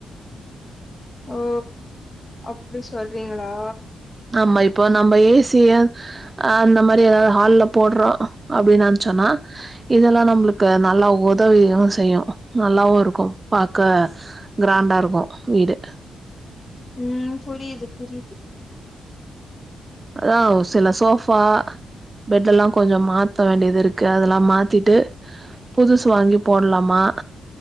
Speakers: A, on the left; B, on the right.
A: ஓ அப்புடி சொல்றீங்களா
B: ஆமா இப்போ நம்ப ஏ சிய ஆ அந்த மாரி ஏதாவது ஹால்ல போட்றோ அப்புடின்னு அம்சோன்னா இதெல்லா நம்புளுக்கு நல்லா உதவியு செய்யு நல்லாவு இருக்கும் பாக்க கிராண்டா இருக்கும் வீடு
A: ம் புரியுது புரியுது
B: அதா சில சோஃபா பெட்டெல்லா கொஞ்ச மாத்த வேண்டியது இருக்கு அதெல்லா மாத்திட்டு புதுசு வாங்கி போட்லாமா